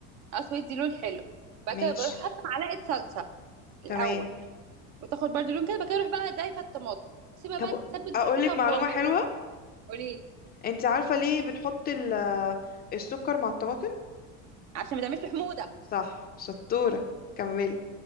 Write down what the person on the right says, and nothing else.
اسود دي لون حلو بعد
كده بروح حاطه معلقه صلصه
الاول وتاخد برضو لون كده بقى اروح بقى ضايفه الطماطم واسيبها
بقى تتسبك
براحتها خالص
قولي لي
عشان ما تعملش حموضه